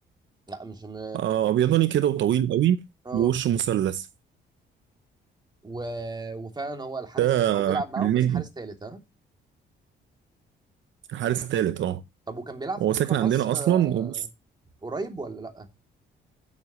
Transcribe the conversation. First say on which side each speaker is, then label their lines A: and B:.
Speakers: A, on the right; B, on the right.
A: لا مش م...
B: آه، ابيضاني كده وطويل قوي
A: اه
B: ووشه مثلث
A: و... وفعلا هو الحارس
B: ده
A: يعني هو بيلعب معاهم
B: النجم
A: بس حارس ثالث ها
B: حارس ثالث اه
A: طب وكان بيلعب في
B: هو
A: منتخب
B: ساكن عندنا
A: مصر
B: اصلا
A: آه،
B: وبص
A: قريب ولا لا